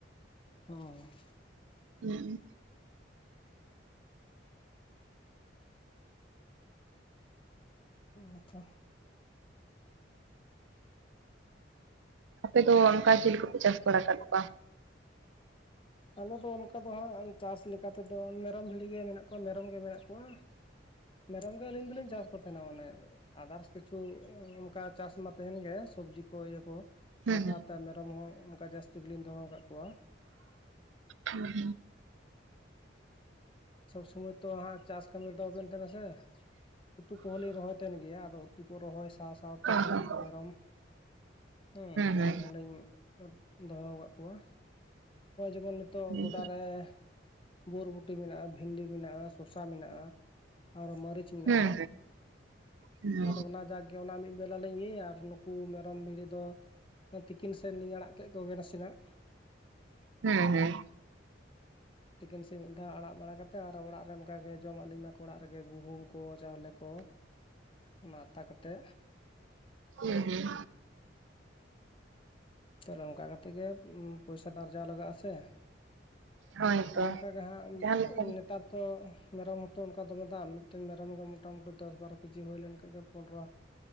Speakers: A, on the left (about 25°); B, on the right (about 80°).
A: ᱦᱩᱸ
B: ᱦᱩᱸ
A: ᱩ ᱛᱚ
B: ᱟᱯᱮ ᱫᱚ ᱚᱱᱠᱟ ᱪᱤᱞᱤ ᱠᱚᱯᱮ ᱪᱟᱥ ᱵᱟᱲᱟ ᱟᱠᱟᱫ ᱠᱚᱣᱟ?
A: ᱟᱞᱮ ᱫᱚ ᱚᱱᱠᱟ ᱫᱚ ᱦᱟᱸᱜ ᱪᱟᱥ ᱞᱮᱠᱟᱛᱮᱫᱚ ᱢᱮᱨᱚᱢ ᱵᱷᱤᱲᱤ ᱜᱮ ᱢᱮᱱᱟᱜ ᱠᱚᱣᱟ ᱢᱮᱨᱚᱢ ᱜᱮ ᱢᱮᱱᱟᱜ ᱠᱚᱣᱟ᱾ ᱢᱮᱨᱚᱢ ᱜᱮ ᱟᱹᱞᱤᱧ ᱫᱚᱞᱤᱧ ᱪᱟᱥ ᱠᱚ᱾ ᱛᱟᱦᱮ ᱢᱟᱱᱮ ᱟᱫᱟᱨᱥ ᱠᱤᱪᱷᱩ ᱚᱱᱠᱟ ᱪᱟᱥ ᱢᱟ ᱛᱟᱦᱮᱱ ᱜᱮ ᱥᱚᱵᱽᱡᱤ ᱠᱚ ᱤᱭᱟᱹ ᱠᱚ᱾
B: ᱦᱩᱸ
A: ᱚᱱᱟ ᱥᱟᱶᱛᱮ ᱢᱮᱨᱚᱢ ᱦᱚᱸ ᱚᱱᱠᱟ ᱡᱟᱹᱥᱛᱤ ᱜᱮᱞᱤᱧ ᱫᱚᱦᱚ ᱟᱠᱟᱫ ᱠᱚᱣᱟ᱾
B: ᱦᱩᱸ ᱦᱩᱸ
A: ᱥᱚᱵᱽ ᱥᱚᱢᱚᱭ ᱛᱚ ᱦᱟᱜ ᱪᱟᱥ ᱠᱟᱹᱢᱤ ᱨᱮᱫᱚ ᱟᱵᱮᱱ ᱛᱟᱦᱮᱱᱟ ᱥᱮ ᱩᱛᱩ ᱠᱚᱦᱚ ᱞᱤᱧ ᱨᱚᱦᱚᱭ ᱜᱮᱭᱟ ᱟᱫᱚ ᱩᱛᱩ ᱠᱚ ᱨᱚᱦᱚᱭ ᱥᱟᱶ ᱥᱟᱶᱛᱮ
B: ᱚ
A: ᱟᱨᱦᱚᱸ
B: ᱦᱚᱸ
A: ᱩᱱᱠᱩ ᱢᱮᱨᱚᱢ ᱦᱮ ᱢᱮᱨᱚᱢ
B: ᱦᱩᱸ ᱦᱩᱸ
A: ᱦᱚᱞᱤᱧ ᱫᱚᱦᱚ ᱠᱟᱜ ᱠᱚᱣᱟ ᱱᱚᱜᱼᱚᱭ ᱡᱮᱢᱚᱱ ᱱᱤᱛᱚᱜ
B: ᱦᱩᱸ
A: ᱜᱚᱰᱟᱨᱮ ᱵᱳᱚᱨᱵᱩᱴᱤ ᱢᱮᱱᱟᱜᱼᱟ, ᱵᱷᱤᱱᱰᱤ ᱢᱮᱱᱟᱜᱼᱟ, ᱥᱚᱥᱟ ᱢᱮᱱᱟᱜᱼᱟ ᱟᱨ ᱢᱟᱹᱨᱤᱪ ᱢᱮᱱᱟᱜᱼᱟ᱾
B: ᱦᱩᱸ ᱦᱩᱸ
A: ᱟᱫᱚ ᱚᱱᱟ ᱡᱟ ᱚᱱᱟ ᱢᱤᱫ ᱵᱮᱞᱟ ᱞᱤᱧ ᱤᱭᱟᱹᱭᱟ ᱟᱨ ᱱᱩᱠᱩ ᱢᱮᱨᱚᱢ ᱵᱷᱤᱲᱤ ᱫᱚ ᱛᱤᱠᱤᱱ ᱥᱮᱱ ᱞᱤᱧ ᱟᱲᱟᱜ ᱠᱮᱫ ᱠᱚᱜᱮ ᱱᱟᱥᱮᱱᱟᱜ
B: ᱦᱮᱸ ᱦᱮᱸ
A: ᱛᱤᱠᱤᱱ ᱥᱮ ᱢᱤᱫ ᱫᱷᱟᱣ ᱟᱲᱟᱜ ᱵᱟᱲᱟ ᱠᱟᱛᱮᱫ ᱟᱨ ᱚᱲᱟᱜ ᱨᱮ ᱚᱱᱠᱟᱜᱮ ᱡᱚᱢ ᱟᱹᱫᱧᱟᱠᱚ ᱚᱲᱟᱜ ᱨᱮᱜᱮ ᱜᱩᱦᱩᱢ ᱠᱚ, ᱪᱟᱣᱞᱮ ᱠᱚ, ᱚᱱᱟ ᱟᱛᱟ ᱠᱟᱛᱮ᱾
B: ᱦᱮᱸ ᱦᱮᱸ
A: ᱛᱟᱦᱚᱞᱮ ᱱᱚᱝᱠᱟ ᱠᱟᱛᱮ ᱜᱮ ᱯᱚᱭᱥᱟ ᱫᱚ ᱟᱨᱡᱟᱣ ᱞᱟᱜᱟᱜᱼᱟ ᱥᱮ᱾
B: ᱦᱳᱭ
A: ᱟᱨ
B: ᱛᱚ
A: ᱚᱱᱠᱟ ᱜᱮ ᱦᱟᱸᱜ
B: ᱡᱟᱦᱟᱸ ᱞᱮᱠᱟ ᱦᱩᱸ
A: ᱱᱮᱛᱟᱨ ᱛᱚ ᱢᱮᱨᱚᱢ ᱦᱚᱛᱚ ᱚᱱᱠᱟ ᱫᱚᱢᱮ ᱫᱟᱢ ᱢᱤᱫᱴᱮᱱ ᱢᱮᱨᱚᱢ ᱜᱮ ᱢᱚᱴᱟᱢᱩᱴᱤ ᱫᱚᱥ ᱵᱟᱨᱚ ᱠᱮᱡᱤ ᱦᱩᱭ ᱞᱮᱱᱠᱷᱟᱱ ᱜᱮ ᱯᱚᱱᱨᱚ